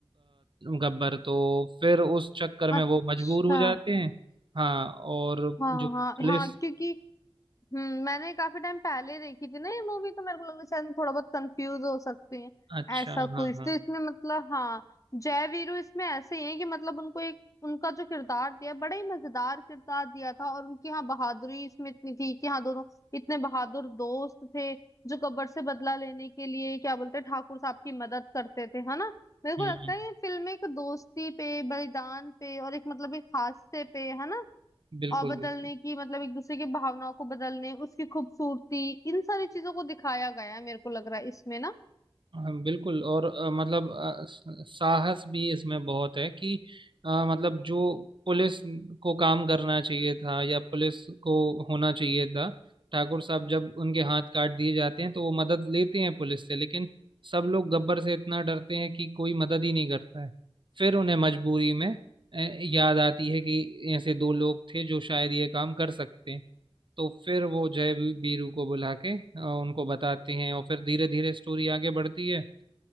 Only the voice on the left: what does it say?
अच्छा
हाँ
हाँ हाँ क्योंकि हम्म, मैंने काफी टाइम पहले देखी थी ना ये मूवी तो मेरे को लगा शायद मैं थोड़ा बहुत कंफ्यूज हो सकती है
ऐसा कुछ
तो इसमें मतलब हाँ जय वीरू इसमें ऐसे ही है कि मतलब उनको एक उनका जो किरदार दिया बड़ा ही मजेदार किरदार दिया था और उनकी हाँ बहादुरी इसमें इतनी थी कि हाँ दोनों इतने बहादुर दोस्त थे जो गब्बर से बदला लेने के लिए क्या बोलते हैं, ठाकुर साहब की मदद करते थे है ना मेरे को
लगता है ये फिल्म एक दोस्ती पे बलिदान पे और एक मतलब एक हादसे पे है ना
और बदलने
की मतलब एक दूसरे की भावनाओं को बदलने उसकी खूबसूरती इन सारी चीजों को दिखाया गया है मेरे को लग रहा है इसमें ना